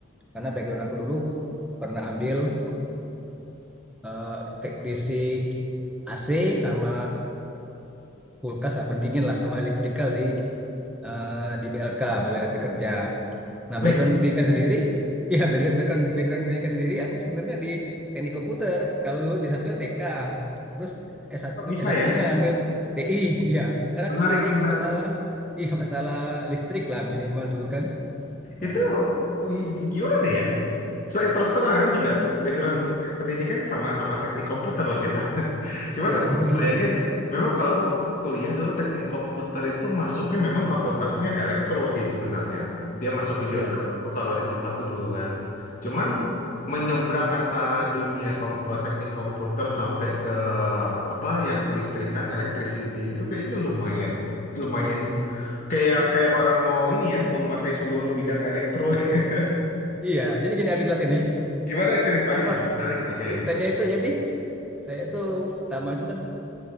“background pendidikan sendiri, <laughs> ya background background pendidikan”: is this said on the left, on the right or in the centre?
Centre